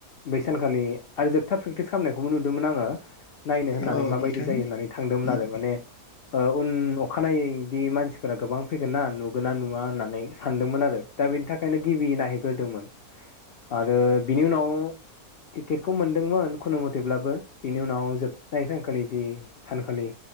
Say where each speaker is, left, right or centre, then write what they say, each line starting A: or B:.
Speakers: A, on the left; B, on the left.
A: बै सानखालि आरो जोबथा प्रेकटिस खालामनायखौबो नुदोंमोन आङो नायनो होननानै
B: औ
A: माबायदि
B: नोंथां
A: जायो होननानै थांदोंमोन
B: अ
A: आरो माने ओ उन अखानायै इदि मानसि फोरा गोबां फैगोन ना नुगोना नुवा होननानै सानदोंमोन आरो दा बेनि थाखायनो गिबि नायहैग्रोदोंमोन। आरो बिनि उनाव टिकेटखौ मोन्दोंमोन खुनु मथेब्लाबो बेनि उनाव जोबनाय सानखालि जि सानखालि